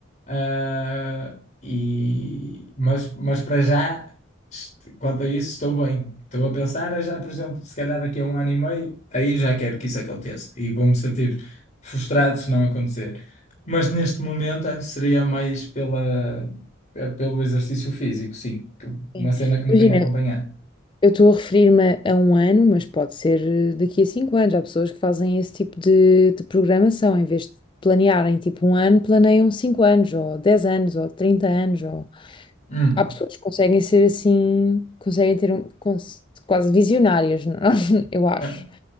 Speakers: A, on the left; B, on the left.
A: ah, e, mas, mas para já, est- quanto a isso, estou bem. Estou a pensar é já, por exemplo, se calhar daqui a um ano e meio, aí já quero que isso aconteça e vou-me sentir frustrado se não acontecer. Mas neste momento eh, seria mais pela, eh, pelo exercício físico, sim, que- uma
B: sim.
A: cena que me
B: Imagina,
A: tenha acompanhado.
B: eu estou a referir-me a um ano, mas pode ser eh, daqui a cinco anos. Há pessoas que fazem esse tipo de, de programação, em vez de planearem tipo um ano, planeiam cinco anos, ou dez anos, ou trinta anos. Ou...
A: Hum.
B: Há pessoas que conseguem ser assim, conseguem ter um, cons- quase visionárias, não? <laughs> Eu acho.
A: ah.